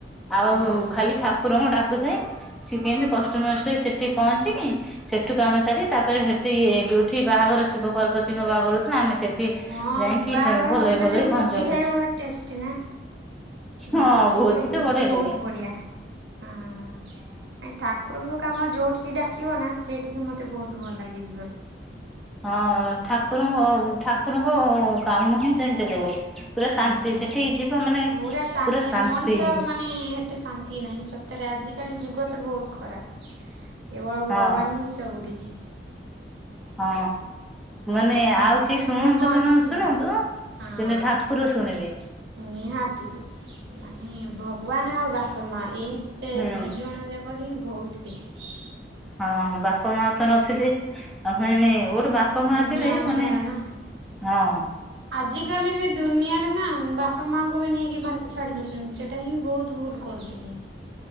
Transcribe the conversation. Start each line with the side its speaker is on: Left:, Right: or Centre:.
Centre: ଆଉ
Right: ହଁ।
Centre: ଖାଲି ଠାକୁରଙ୍କୁ ଡାକୁଥାଏ ସିଏ କେମତେ କଷ୍ଟମଷ୍ଟ ସେଠି ପହଞ୍ଚିକି ସେଠୁ କାମ ସାରି ତାପରେ ସେଠି ଯୋଉଠି ବାହାଘର ଶିବ ପାର୍ବତୀଙ୍କ ବାହାଘର ହଉଥିଲା ନା ଆମେ ସେଠି
Right: ହଁ
Centre: ଯାଇକି
Right: ବାହାଘର
Centre: ଭଲରେ
Right: ହଉଥିଲା
Centre: ଭଲରେ
Right: ଯୋଉ
Centre: ପହଞ୍ଚିଗଲୁ।
Right: ଭୋଜି ଖାଇବା ଟେଷ୍ଟି ନା?
Centre: ହଁ
Right: ମାହାପ୍ରଭୁଙ୍କର ଭୋଜି
Centre: ତ ବଢିଆ
Right: ବହୁତ
Centre: ଲାଗେ
Right: ବଢିଆ ହଁ ଠାକୁରଙ୍କ କାମ ଯୋଉଠିକି ଡାକିବ ନା ସେଇଠିକି ମତେ ବହୁତ ଭଲ ଲାଗେ।
Centre: ହଁ ଠାକୁରଙ୍କ ଠାକୁରଙ୍କ କାମ ହିଁ ସେମିତି ଲାଗେ। ପୁରା
Right: ହୁଁ
Centre: ଶାନ୍ତି ସେଠିକି ଯିବ ମାନେ
Right: ପୁରା
Centre: ପୁରା ଶାନ୍ତି
Right: ମଣିଷ ମାନେ ଏତେ ଶାନ୍ତି ନାହିଁ ସତରେ ଆଜିକାଲି ଯୁଗ ତ ବହୁତ ଖରାପ କେବଳ ଭଗବାନ
Centre: ହଁ
Right: ହିଁ ସବୁ କିିଛି
Centre: ହଁ। ମାନେ ଆଉ
Right: ଭଗବାନଙ୍କର
Centre: କିଏ ଶୁଣନ୍ତୁ
Right: କଣ
Centre: କି
Right: ଅଛି?
Centre: ନ ଶୁଣନ୍ତୁ
Right: ହଁ
Centre: କିନ୍ତୁ ଠାକୁର ଶୁଣିବେ।
Right: ନିହାତି ମାନେ ଭଗବାନ ଆଉ ବାପା ମା ଏଇ ସେ
Centre: ହୁଁ
Right: ଦି ଜଣ ଯାକ ହିଁ ବହୁତ କିଛି
Centre: ହଁ ବାପା ମା ତ ନଥିଲେ ଆଉ <inaudible> ବାପ ମା
Right: ଦୁନିଆ
Centre: ଥିବେ
Right: ଅନ୍ଧାର
Centre: ମାନେ
Right: ନା।
Centre: ହଁ
Right: ଆଜିକାଲି ବି ଦୁନିଆରେ ନା ବାପା ମାଙ୍କୁ ବି ନେଇକି ଭା ଛାଡି ଦଉଛନ୍ତି ସେଟି ଏଇଟା ହିଁ ବହୁତ ଭୁଲ କରୁଛନ୍ତି।